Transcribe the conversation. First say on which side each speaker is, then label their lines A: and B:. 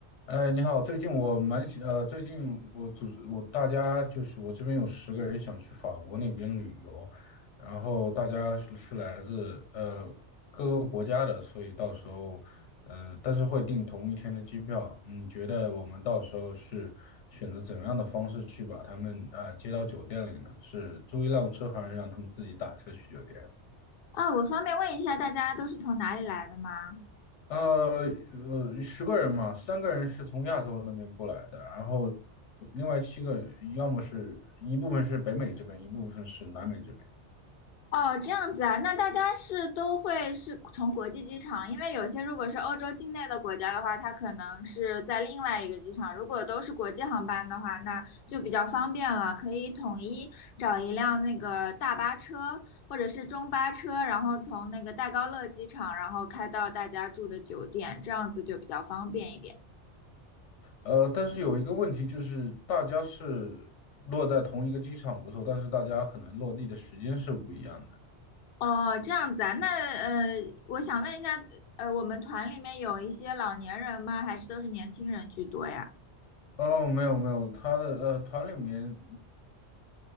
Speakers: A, on the left (about 85°); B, on the left (about 60°).
A: 哎，你好，最近我蛮喜呃，最近我组织我大家就是我这边有十个人想去法国那边旅游，然后大家是是来自呃各个国家的，所以到时候嗯、呃但是会订同一天的机票。你觉得我们到时候是选择怎么样的方式去把他们啊、呃接到酒店里呢？是租一辆车，还是让他们自己打车去酒店？
B: 啊，我方便问一下，大家都是从哪里来的吗？
A: 呃呃，十个人嘛，三个人是从亚洲那边过来的，然后另外七个要么是一部分是北美这边，一部分是南美这边。
B: 哦，这样子啊，那大家是都会是从国际机场，因为有些如果是欧洲境内的国家的话，它可能是在另外一个机场。如果都是国际航班的话，那就比较方便了，可以统一找一辆那个大巴车或者是中巴车，然后从那个戴高乐机场，然后开到大家住的酒店，这样子就比较方便一点。
A: 呃，但是有一个问题就是，大家是落在同一个机场不错，但是大家可能落地的时间是不一样的。
B: 哦，这样子啊，那呃，我想问一下，呃，我们团里面有一些老年人吗？还是都是年轻人居多呀？
A: 哦，没有没有，他的呃团里面